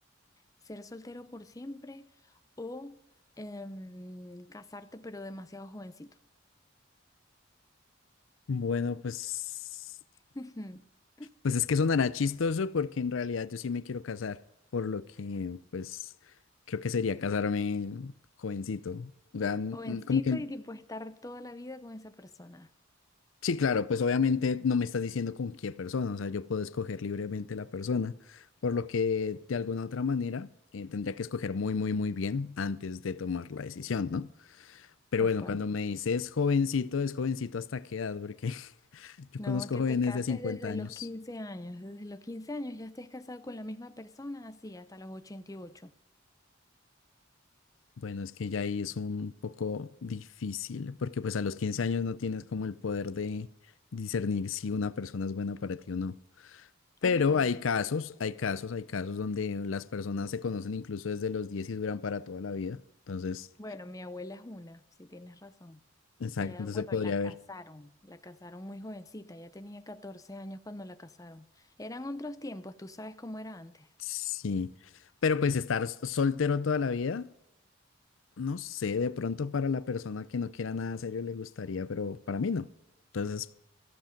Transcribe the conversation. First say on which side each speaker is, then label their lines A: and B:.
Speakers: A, on the left (about 15°); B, on the left (about 80°).
A: ¿Ser soltero por siempre o em, casarte pero demasiado jovencito?
B: Bueno, pues
A: <laughs>
B: Pues es que sonará chistoso porque en realidad yo sí me quiero casar, por lo que pues creo que sería casarme jovencito. O sea, n-
A: Jovencito
B: n- como que
A: y tipo estar toda la vida con esa persona,
B: sí, claro, pues obviamente no me estás diciendo con qué persona, o sea, yo puedo escoger libremente la persona, por lo que de alguna otra manera eh, tendría que escoger muy, muy, muy bien antes de tomar la decisión, ¿no? Pero
A: tal
B: bueno,
A: cual.
B: cuando me dices jovencito, es jovencito hasta qué edad, porque <laughs> yo
A: No,
B: conozco
A: que
B: jóvenes
A: te cases
B: de 50
A: desde
B: años.
A: los 15 años. Desde los 15 años ya estés casado con la misma persona, así, hasta los ochenta y ocho
B: Bueno, es que ya ahí es un poco difícil, porque pues a los 15 años no tienes como el poder de discernir si una persona es buena para ti o no. Pero
A: Tal cual.
B: hay casos, hay casos, hay casos donde las personas se conocen incluso desde los 10 y duran para toda la vida. Entonces,
A: Bueno, mi abuela es una, si tienes razón.
B: exacto,
A: Ella,
B: entonces
A: bueno,
B: podría
A: la
B: haber.
A: casaron, la casaron muy jovencita, ella tenía 14 años cuando la casaron. Eran otros tiempos, tú sabes cómo era antes.
B: Sí. Pero pues estar s- soltero toda la vida, no sé, de pronto para la persona que no quiera nada serio le gustaría, pero para mí no. Entonces,